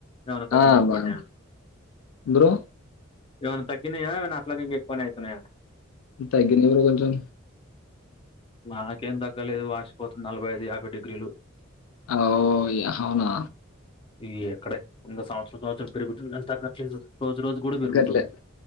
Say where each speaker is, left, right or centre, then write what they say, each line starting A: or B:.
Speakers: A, on the left; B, on the left.
A: ఏమన్నా తగ్గి
B: ఆ!
A: మక్కబడినాయా.
B: బానే బ్రో
A: ఏమైనా తగీనాయావమనా అట్లా ఇం ఎక్కువ అవుతున్నాయా
B: తగ్గిన బ్రో కొంచెం
A: నాకేం తగ్గలేదు వాసిపోతుంది నలభై ఐదు యాభై డిగ్రీలు
B: ఓ అవునా
A: ఈ ఎక్కడే ఇం సంవత్రం సంవత్సరం పెరుగుతుంది కానీ తగ్గట్లేదు రోజు రోజు కూడా
B: తగ్గట్లేదు
A: పెరుగుతుంది